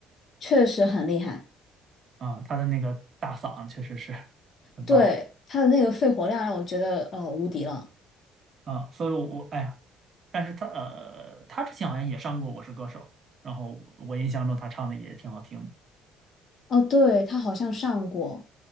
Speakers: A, on the left; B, on the right.
A: 确实很厉害，
B: 啊，她的那个大嗓确实是很棒
A: 对，他的那个肺活量让我觉得呃无敌了。
B: 啊，所以我我哎呀，但是她呃她之前好像也上过《我是歌手》，然后我印象中她唱的也挺好听的。
A: 哦，对，他好像上过，